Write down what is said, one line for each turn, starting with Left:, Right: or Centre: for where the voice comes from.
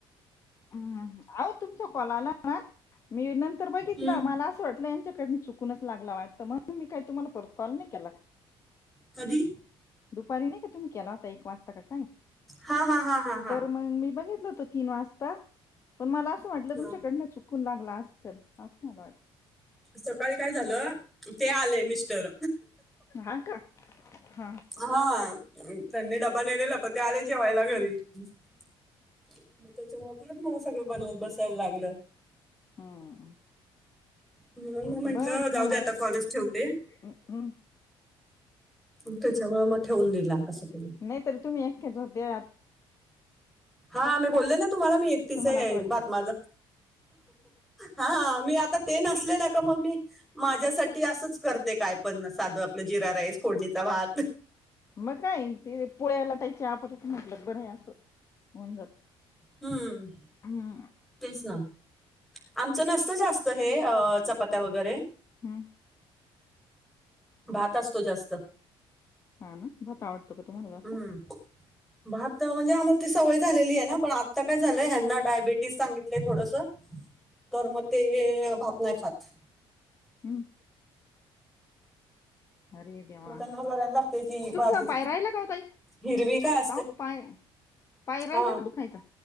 Left: हम्म अहो तुमच्या कॉल आला ना मी नर तर बघितलं
Centre: हम्म.
Left: मला असं वाटलं यांच्याकडून चुकूनच लागला वाटतं म्हणून मी काही तुम्हाला परत कॉल नाही केला.
Centre: कधी?
Left: दुपारी नाही का तुम्ही केला होता एक वाजता का काय
Centre: हा हा हा हा हा
Left: तर मग मी बघितलं. म असट तच्याड
Centre: हा.
Left: कूल लागला असेल अस मला वाट.
Centre: सकाळी काय झालं ते आले मिस्टर.
Left: हा का हा
Centre: हा त्यांनी डब. बनलेलं प ते आले जेवा्हायला घरी मग त्याच्यामुळे आपरच मला सगळं बनव बसायला लागलं.
Left: हम्म
Centre: म्हून
Left: हम्म
Centre: ना म्हंटलं
Left: बरं
Centre: जाऊ
Left: ना
Centre: दे आता कॉलेज ठेवते.
Left: मग
Centre: त्याच्या व मग ठेवून दिला असं तला
Left: नाहीतरी तुम्ही एकट्याच होत्या
Centre: हा मी बोलले ना तुम्हाला मी एकटीच
Left: तुम्हाला असं वाटल.
Centre: बातमाझ. हा मी आता ते नसले ना का मग मी माझ. असंच करते काय पण साधू आपलं जिरा राईस फोडणीचा भात.
Left: मग काय ते पुोळ्या लाटायचे आपल्यात म्हटलं बरं आहे असं होऊन जात
Centre: हम्म
Left: हम्म
Centre: तेस ना. आमचं नसत जास्त हे चपात्या वगैरे
Left: हम्म
Centre: भात असतो जास्त.
Left: हा ना भात आवडतो का तुम्हाला जास्त?
Centre: हम्म
Left: हा,
Centre: भात म्हणजे आम्हाला त सवय झालेली आहे ना. पण आता काय झालंय्यांना डायबिटीज सांगित. थोडस तर मग ते भात नाही खात.
Left: हम्म अरे देवा
Centre: मग त्यांना बरायला लागते त बाजू
Left: तुमचा पाय राहिला का ओ ताई?
Centre: हिरवी का असते
Left: ओ पाय पाय राहिला
Centre: हा
Left: का दुखायचा?